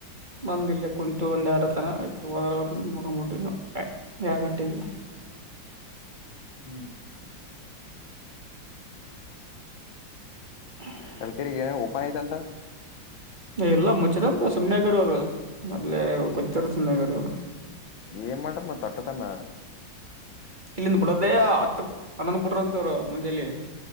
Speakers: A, on the right; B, on the left.
A: ಬಂದ ಇಲ್ಲ ಕುಂತು ಒಂದು ಎರಡು ತರ ಆಯತು ಹೋದ್ರ ಅವ್ರ ಮಗ ಮುಟ್ಟ ನಾವು ಯಾವ ಗಂಟೆಗೆ
B: ಹ್ಮ್
A: <inaudible>
B: ಕಲ್ಕರಿರಿಗೆ ಏನ ನಂದ
A: ಎಲ್ಲಾ ಮುಚ್ಚಿದಂತ ಸುಮನೆಗರ್ ಅವ್ರು ಮೊದ್ ಕೂತ್ತಾರ ಸುನೆಗರ್ ಅವ್ರು
B: ಏನ್ ಮಾಡ್ರ ಮ ತೊಟ್ಟ ತನ
A: ಇಲ್ಲಿಂದ ಬಿಡೋದೇ ಹತ್ತ ಹನ್ನೊಂದ್ ಬಿಟ್ರರು ಅಂತರು ಮುಂಜೆಯಲ್ಲಿ